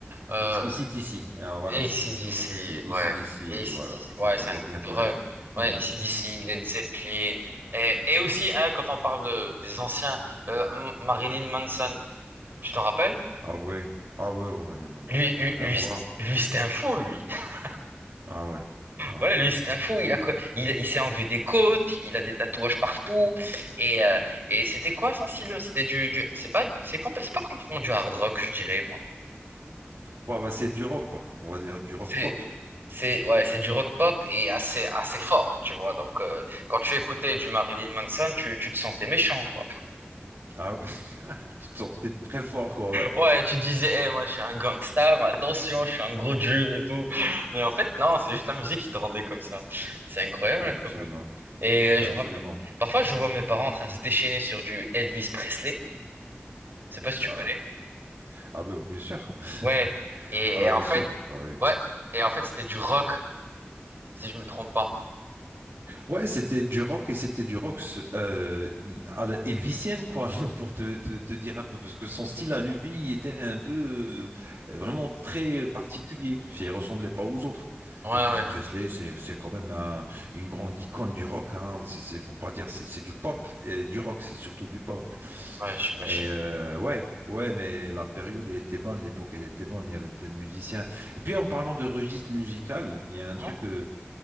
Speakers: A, on the right (about 55°); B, on the right (about 80°).
A: Euh,
B: d'ici. Alors voilà,
A: AC/DC,
B: je me suis trompé, c'est
A: ouais.
B: d'ici.
A: AC/DC,
B: Voilà, ça,
A: ouais,
B: ça,
A: c'est
B: je dois
A: un groupe
B: bien connaître.
A: de rock. Ouais,
B: <laughs>
A: AC/DC, Led Zeppelin. Et, et aussi, hein, quand on parle de, des anciens, euh, M- Marilyn Manson, tu t'en rappelles?
B: Ah oui, ah oui, ouais, oh, elle est magnifique,
A: Lui, lui,
B: ouais. La
A: lui,
B: voix,
A: c- lui, c'était un fou, lui. <laughs>
B: ah ouais, ah
A: Ouais,
B: ouais.
A: lui, c'était un fou. Il a, quoi- il, il s'est enlevé des côtes, il a des tatouages partout. Et, euh, et c'était quoi son style? C'était du, du- c'est pas, c'est compl- c'est pas complètement du hard rock, je dirais, moi.
B: Bon, bah, c'est du rock, quoi. On va dire du rock
A: C'est,
B: pop.
A: c'est, ouais, c'est du rock pop et assez, assez fort, tu vois. Donc, euh, quand tu écoutais du Marilyn Manson, tu, tu te sentais méchant, quoi.
B: Ah ouais, <laughs> tu te sentais très fort, quoi, ouais.
A: Ouais, tu disais, Eh, moi, je suis un gangsta, mais attention, je suis un gros dur et tout. Mais en fait, non, c'est juste la musique qui te rendait comme ça. C'est incroyable,
B: Ouais, absolument,
A: quand même. Et euh,
B: absolument.
A: je me rappelle, parfois, je vois mes parents en train de se déchaîner sur du Elvis Presley. Je sais pas si tu
B: Ah,
A: connais.
B: ah, ben bien sûr. <laughs>
A: Ouais. Et,
B: Ah
A: et
B: ouais, bien
A: en fait,
B: sûr. Bah, ouais,
A: ouais. Et en fait, c'était du rock, si je me trompe pas.
B: Ouais, c'était du rock et c'était du rock euh, à la Elvisienne, quoi, <laughs> pour te, te- te dire un peu, parce que son style à lui, il était un peu euh, vraiment très particulier, si il ressemblait pas aux autres.
A: Ouais,
B: Elvis
A: ouais.
B: Presley, c'est c'est quand même un- une grande icône du rock, hein, c'est c'est pour pas dire, c'est c'est du pop et du rock, c'est surtout du pop.
A: Ouais, j'imagine.
B: Et euh, ouais, ouais, mais la période elle était bonne, l'époque elle était bonne, il y avait plein de musiciens. Et puis en parlant de registre musical, il y a un
A: Ouais.
B: truc. euh,